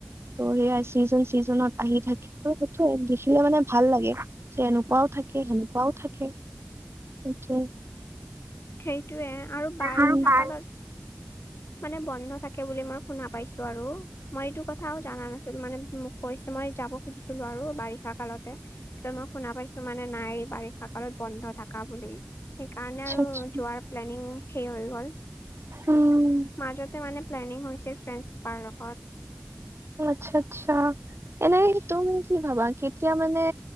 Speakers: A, on the right; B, on the left.
A: ত' সেয়া, চিজন, চিজনত আহি থাকে। ত' সেইটোৱে, দেখিলে মানে, ভাল লাগে। যে এনে তেনেকুৱাও থাকে, সেনেকুৱাও থাকে। সেইটোৱে!
B: সেইটোৱে আৰু বাৰিষা
A: আচ্ছা
B: কালত মানে, বন্ধ থাকে বুলি, মই শুনা পাইছোঁ আৰু। মই, এইটো কথাও জানা নাছিলোঁ। মানে, মোক কৈছে, মই যাব খুজিছিলোঁ আৰু বাৰিষা কালতে। তাৰপিছত, মই শুনা পাইছোঁ, মানে নাই। বাৰিষা কালত বন্ধ থকা বুলি। সেইকাৰণে আৰু
A: আচ্ছা
B: যোৱাৰ প্লেনিং সেই হৈ গ'ল।
A: উম
B: মাজতে মানে, প্লেনিং হৈছে ফ্ৰেণ্ডছ <unintelligible> লগত।
A: আচ্ছা, আচ্ছা! এনেই তুমি কি ভাবা? কেতিয়া মানে